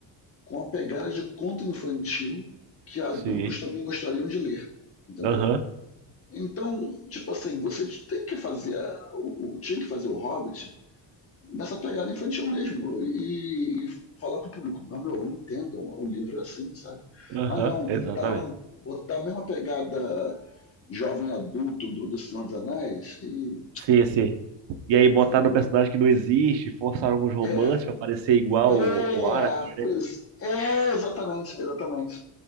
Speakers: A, on the left; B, on the right.
A: com a pegada de conto infantil que adultos
B: Sim.
A: também gostariam de ler, entendeu?
B: Aham,
A: Então, tipo assim, você tem que fazer a, o, tinha que fazer o Hobbit nessa pegada infantil mesmo e, e falar pro público, ah, meu, entendam, o livro é assim, sabe?
B: aham,
A: Mas não,
B: exatamente.
A: tentaram botar a mesma pegada jovem adulto do, do Senhor dos Anéis e
B: Sim, sim. E aí botaram
A: não fica bom
B: um personagem
A: não.
B: que não existe, forçaram alguns romances
A: É,
B: pra parecer igual
A: é,
B: o, o Aragorn, né?
A: pois é, exatamente, exatamente,